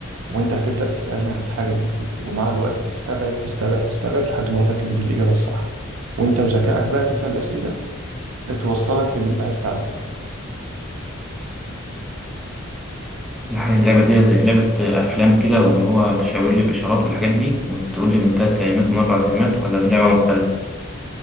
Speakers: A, on the right; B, in the centre.
A: وأنت هتبدأ تسألني عن الحاجة دي وت- ومع الوقت تستبعد تستبعد تستبعد لحد ما أقول لك إن دي الإجابة الصح وأنت وذكائك بقى تسأل أسئلة توصلك للي أنت عايز تعرفه
B: يعني اللعبة دي زي لعبة أفلام كده واللي هو تشاور لي بإشارات والحاجات دي وتقول لي من تلات كلمات ومن أربع كلمات ولا دي لعبة مختلفة